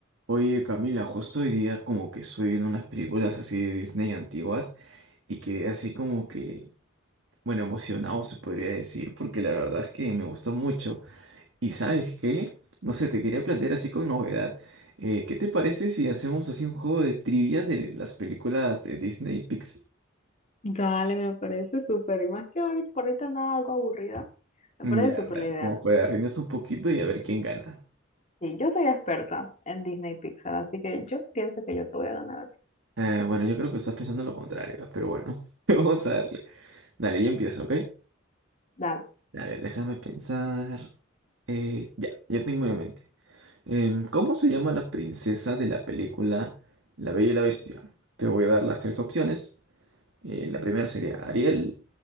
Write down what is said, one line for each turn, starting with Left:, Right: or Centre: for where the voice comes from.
Right: Oye, Camila, justo hoy día como que estuve viendo unas películas así de Disney antiguas y quedé así como que, bueno, emocionado se podría decir, porque la verdad es que me gustó mucho. Y ¿sabes qué? No sé, te quería plantear así con novedad. eh, ¿qué te parece si hacemos así un juego de trivia de las películas de Disney y Pixar?
Left: Dale, me parece súper. Y más que ahorita, por ahorita andaba algo aburrida, me
Right: Mm,
Left: parece
Right: Ya,
Left: súper
Right: dale,
Left: la idea.
Right: como para reírnos un poquito y a ver quién gana.
Left: Y yo soy experta en Disney y Pixar, así que yo pienso que yo te voy a ganar a ti.
Right: Eh, bueno, yo creo que estás pensando lo contrario, pero bueno, <laughs> vamos a darle. Dale, yo empiezo, ¿ok?
Left: Dale.
Right: A ver, déjame pensar. Eh, ya, ya tengo una en mente. Em, ¿cómo se llama la princesa de la película La Bella y la Bestia? Te voy a dar las tres opciones. Eh, la primera sería Ariel,